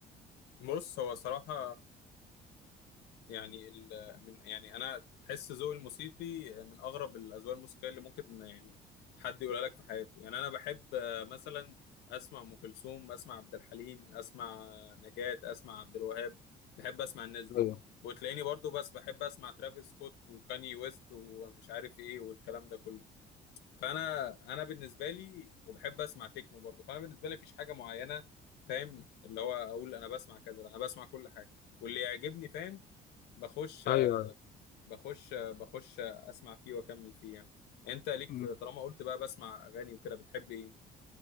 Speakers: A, on the left; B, on the left.
A: بص هو صراحة يعني ال من يعني أنا تحس ذوقي الموسيقي من أغرب الأذواق الموسيقية اللي ممكن يعني حد يقولها لك في حياته يعني أنا بحب آه، مثلا أسمع أم كلثوم أسمع عبد الحليم أسمع آه، نجاة أسمع عبد الوهاب بحب أسمع الناس دي
B: ايوه
A: وتلاقيني برضو بس بحب أسمع ترافيس سكوت وكاني ويست ومش عارف إيه والكلام ده كله فانا انا بالنسبه لي وبحب اسمع تكنو برضه فانا بالنسبه لي مفيش حاجه معينه فاهم اللي هو اقول انا بسمع كذا لا انا بسمع كل حاجه واللي يعجبني فاهم بخش
B: ايوه
A: بخش بخش اسمع فيه واكمل فيه يعني انت ليك
B: مم.
A: طالما قلت بقى بسمع اغاني وكده بتحب ايه